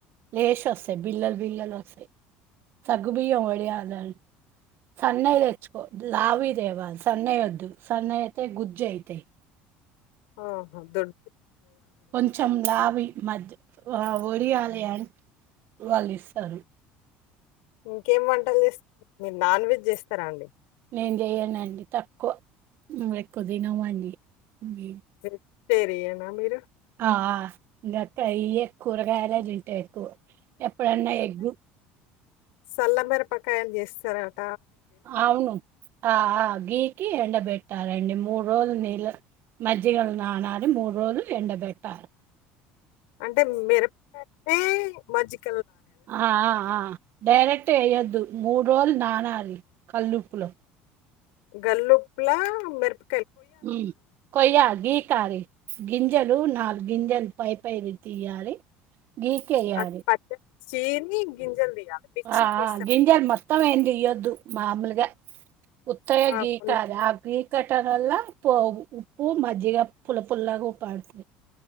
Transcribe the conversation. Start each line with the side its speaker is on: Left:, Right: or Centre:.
Right: యేష్ వసయ్ బిల్లల్ బిల్లలూ వసయ్ సగ్గుబియ్యం వడియాలన్ సన్నయ్ ఎచ్చుకో లేవుయ్ దేవాల్ సన్నయ్ ఒద్దు సన్నాయ్ అయితే గుజ్ అయితయ్.
Left: ఆహా ద్దొడు
Right: కొంచం లావియ్ మాదయూ ఆ వడియాలియాన్ వాళ్ళు ఇసరు.
Left: ఇంకేం వంటల్ జేస్ మీరు నాన్ వెజ్ జేస్తారా అండి.
Right: నేన్ జేయనండి తక్కవ మీమ్ ఎక్కువ దినవండి మే
Left: హేర్ టేరియానా మీరు
Right: ఆ ఇంకాక అయ కూరగాయలు తింటాయి ఎక్కువ ఎప్పుడన్నా ఎగ్గు
Left: సల్ల మిరపకాయల్ జేస్తారా.
Right: అవును ఆ ఆ గీకి ఎండబెట్ ట్టారండి. మూడు రోజులు నీళ్ళ మజ్జిగల నానాలీ మూడు రోజులు ఎండబెట్టారు
Left: అంటే మిరప కతే మజ్జిక్
Right: ఆ ఆ ఆ డైరెక్ట్ ఏయోందు. మూడ్ రోలూ నానాలీ కల్ ఉప్పులో
Left: గల్ ఉప్పులా మెరప్
Right: ఉ కొయా గీకారీ గింజలు నాల్ గింజలు పై పైవి తీయాలి. గీకేయాలి.
Left: అంటే పచ్చడి చీని గింజలు తీయాలా? మిర్చి
Right: ఆ
Left: చేస్తాం.
Right: ఆ గింజల్ మొత్తం ఏమ్ దియోంద్ దు మామూలుగా ఉత్తయే
Left: ఆ!
Right: గీకాలి
Left: కొన్ని
Right: ఆ గీకాట్ టన్ అల్ల ఉప్పు మజ్జిగ పుల పుల్లాగా ఉపాడుతుది.